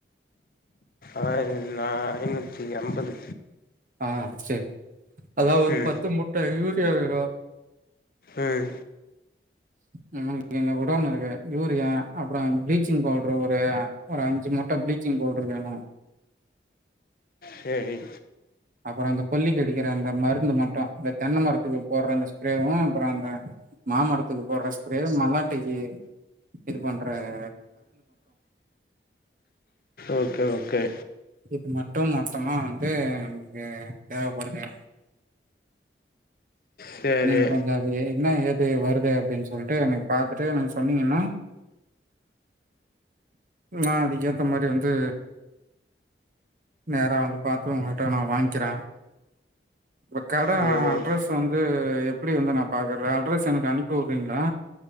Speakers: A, on the left; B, on the right.
A: அ நா ஐநூற்றி அம்பது
B: ஆஹ் சரி அதாவ் ஒரு
A: ம்
B: பத்து மூட்ட யூரியா வேணு
A: உம்
B: நம்ம <inaudible> குடோனுருக்கு யூரியா அப்புறோ பிளீச்சிங் பவுடரு ஒரு ஒரு அஞ்சு மூட்ட பிளீச்சிங் பவுடரு வேணு
A: சேரி
B: அப்புறோ அந்த கொல்லிக்கு அடிக்கிற அந்த மருந்து மட்டு அந்த தென்ன மரத்துக்கு போடுற அந்த ஸ்ப்ரேவு அப்புற அந்த மாமரத்துக்கு போடுற ஸ்ப்ரே மல்லாட்டிக்கு இது பண்றாங்க
A: ஓகே ஓகே
B: இது மட்டு மொத்தமா வந்து நமக்கு தேவப்படுது
A: சேரி
B: நீங்க கொஞ்சோ அது என்னா ஏது வருது அப்டின் சொல்டு நீங் பாத்துட்டு சொன்னீங்கன்னா, மாரி அதுக்கேத்தமாரி வந்து, நேரா வந்து பாத்து உங்கட்ட நா வாங்கிறே உங்க கட
A: சேரி
B: அட்ரஸ்
A: ஓகே
B: வந்து ந்து எப்பிடி வந்து நா பாக்கறது அட்ரஸ் எனக்கு அனுப்பி உடுறீங்களா